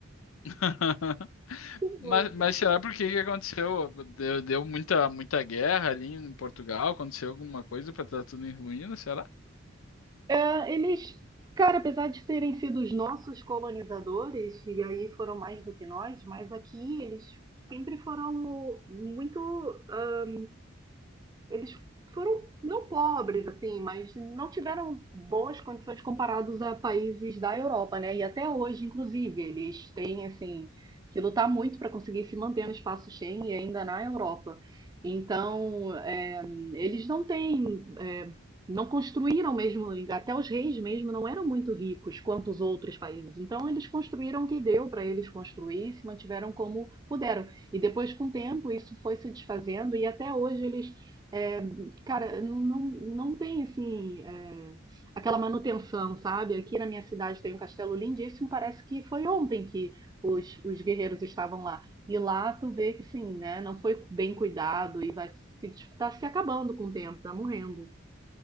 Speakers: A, on the left; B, on the right.
A: <laughs>
B: <laughs>
A: Mas,
B: Muito.
A: mas será por que que aconteceu? Deu, deu muita, muita guerra ali em Portugal? Aconteceu alguma coisa para estar tudo em ruínas, será?
B: É, eles, cara, apesar de terem sido os nossos colonizadores, e aí foram mais do que nós, mas aqui eles sempre foram muito ah, eles foram não pobres assim, mas não tiveram boas condições comparados a países da Europa, né? E até hoje, inclusive, eles têm assim que lutar muito para conseguir se manter no espaço Schengen e ainda na Europa. Então, é, eles não têm, é, não construíram mesmo, até os reis mesmo não eram muito ricos quanto os outros países. Então, eles construíram o que deu para eles construir, se mantiveram como puderam. E depois, com o tempo, isso foi se desfazendo e até hoje eles é, cara, não, não, não tem assim é, aquela manutenção, sabe? Aqui na minha cidade tem um castelo lindíssimo, parece que foi ontem que os, os guerreiros estavam lá. E lá tu vê que sim, né? Não foi bem cuidado e vai se, tá se acabando com o tempo, tá morrendo.